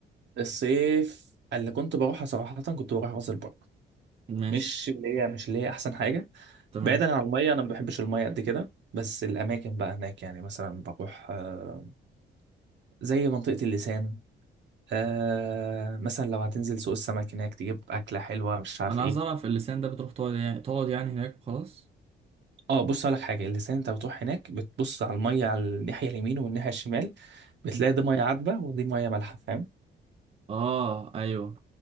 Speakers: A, on the right; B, on the right.
A: الصيف اللي كنت بروحها صراحة كنت بروح راس البر
B: ماشي
A: مش اللي هي مش اللي هي أحسن حاجة
B: تمام
A: بعيدا عن المية أنا ما بحبش المية قد كده بس الأماكن بقى هناك يعني مثلا بروح آه، زي منطقة اللسان آه مثلا لو هتنزل سوق السمك هناك تجيب أكلة حلوة مش عارف
B: انا
A: إيه
B: عايز اعرف اللسان ده بتروح تقعد يعني تقعد يعني هناك وخلاص
A: اه بص لك حاجة اللسان أنت بتروح هناك بتبص على المية على الناحية اليمين والناحية الشمال بتلاقي
B: مم.
A: دي مية عذبة ودي مية مالحة فاهم
B: اه ايوه